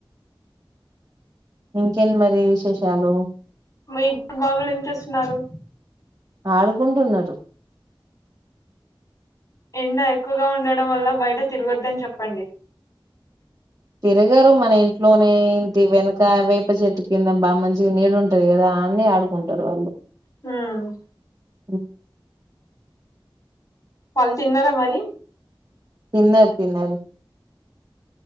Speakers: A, on the right (about 45°); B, on the left (about 40°).
A: ఇంకెన్ మరి విశేషాలు
B: మీ ఇద్దరు బాబులు ఏం చేస్తున్నారు
A: ఆడుకుంటున్నారు
B: ఎండ ఎక్కువగా ఉండడం వల్ల బయట తిరగద్దని చెప్పండి
A: తిరగారు మన ఇంట్లోనే ఇంటి వెనక వేప చెట్టు కింద బాగా మంచిగా నీడుంటది కదా అన్నే ఆడుకుంటారు వాళ్ళు
B: హమ్
A: <unintelligible>
B: వాళ్ళు తిన్నారా మరి
A: తిన్నారు తిన్నారు